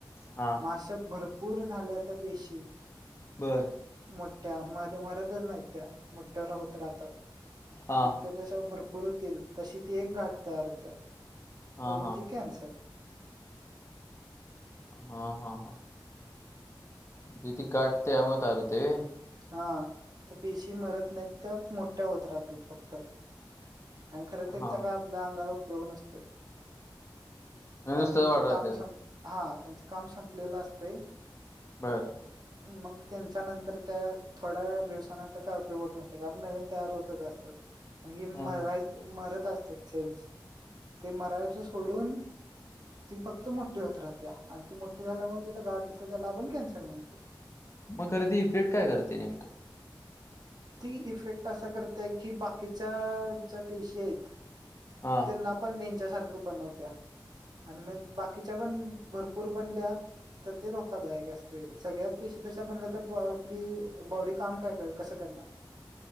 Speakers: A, on the left; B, on the right.
A: हां.
B: म अशा भरपूर झाल्या त्या पेशी.
A: बरं.
B: मोठ्या म मरदच नाहीत त्या मोठ्यावर होत राहतात.
A: हां,
B: मग त्याच्याश भरपूर होतील तशी ती एक गाठ तयार होत्या.
A: हां,
B: तो म्हणजे
A: हां.
B: कॅन्सर.
A: हा, हा, हा. <unintelligible> ती गाठ त्याच्या मुळे तयार होत्या व्हयं.
B: हा तर पेशी मरत नाहीत तर, मोठ्या होत राहतात फक्त. आणि खरं
A: हां.
B: त्यांचा काय आपल्या अंगाला उपयोग नसतोय.
A: म्हणजे
B: कारण
A: नुसतंच
B: त्यांच
A: वाढत राहतात.
B: काम सं हा त्यांचं काम संपलेलं असतयं.
A: बरं.
B: मग त्यांच्यानंतर -- तर त्या थोड्या दिवांना तर काय उपयोग होत नसते कारण नवीन तयार होतच असतात. म्हणे
A: हां,
B: मरा
A: हां.
B: मरत असतात सेल्स ते मरायचे सोडून -- ती फक्त मोठी होत राहत्या आणि ती मोठी झाल्यामुळे तिथे गाठ होत त्याला आपण कॅन्सर म्हणतोय.
A: मग खरेदी इफेट काय करते नेमकं?
B: ती इफेक्ट असा करतय की बाकीच्या ज्या पेशी आहेत
A: हां
B: ना पण त्यांच्या सारख बनवत्या आणि मग बाकीच्या पण भरपूर बनल्या तर ते धोकादायक असते सगळ्यात पेशी त्याच्या म्हणल्या तर आपली बॉडी काम काय कर कसं करण